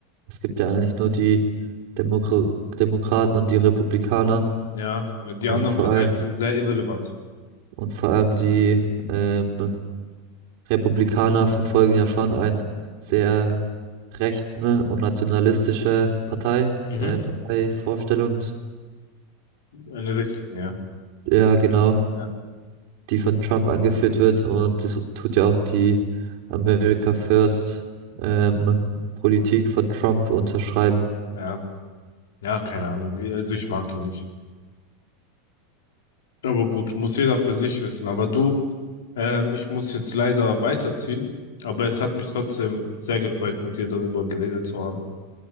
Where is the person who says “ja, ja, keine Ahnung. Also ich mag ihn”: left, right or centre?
Left